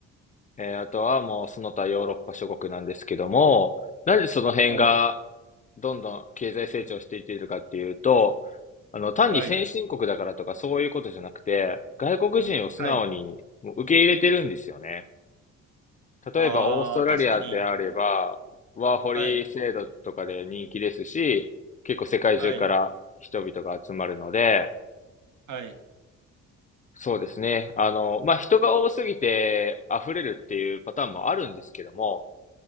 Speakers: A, on the left (about 25°); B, on the right (about 75°).
A: えーあとはもうその他ヨーロッパ諸国なんですけども、なんでその辺が
B: はい、
A: どんどん経済成長していっているかっていうと、あの、単に先進国だからとかそういうことじゃなくて、
B: はい、
A: 外国人を素直にもう受け入れてるんですよね。
B: はい。
A: 例えばオーストラリアであれば、
B: ああ、確かに。
A: ワーホリ制度とかで人気ですし、
B: はい、
A: 結構世界中から人々が集まるので、
B: はい、はい、
A: そうですね。あの、まあ、人が多すぎて溢れるっていうパターンもあるんですけども、